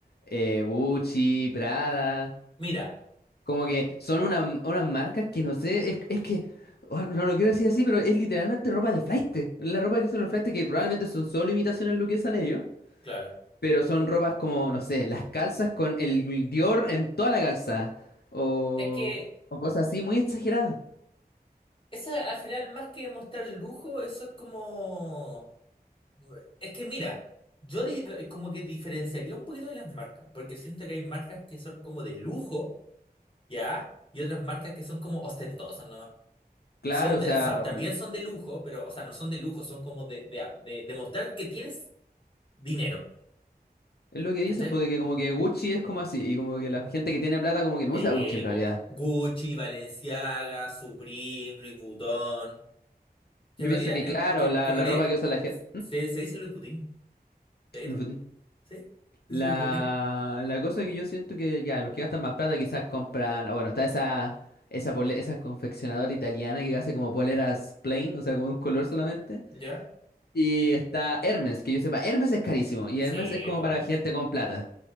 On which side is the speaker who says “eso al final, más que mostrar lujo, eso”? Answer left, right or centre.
Left